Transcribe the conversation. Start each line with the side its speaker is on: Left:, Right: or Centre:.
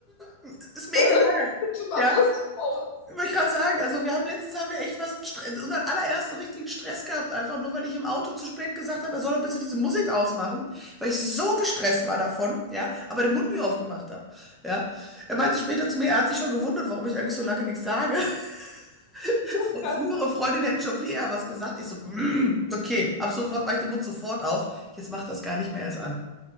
Centre: <laughs> ist mega,
Left: <laughs> bitte mach
Centre: Ja,
Left: das aus.
Centre: wollte ich gerade sagen, also wir haben letztens haben wir echt was, Stre- unseren allerersten richtigen Stress gehabt, einfach nur weil ich im Auto zu spät gesagt habe, er soll doch bitte diese Musik ausmachen, weil ich so gestresst war davon, ja, aber den Mund nie aufgemacht habe, ja. Er meinte später zu mir, er hat sich schon gewundert, warum ich eigentlich so lange nichts sage. <laughs> Fr-
Left: Ja, Krass.
Centre: Frühere Freundinnen hätten schon viel eher was gesagt. Ich so, mm, okay, ab sofort mache ich den Mund sofort auf. Jetzt macht das gar nicht mehr erst an.